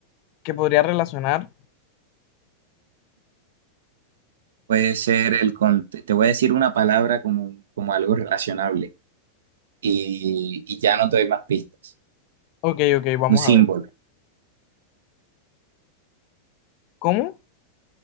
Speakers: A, on the left (about 45°); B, on the right (about 60°).
A: que podría relacionar.
B: Puede ser el, con- te te voy a decir una palabra como, como algo relacionable y, y ya no te doy más pistas.
A: Ok, ok, vamos
B: Un símbolo,
A: a ver. ¿Cómo?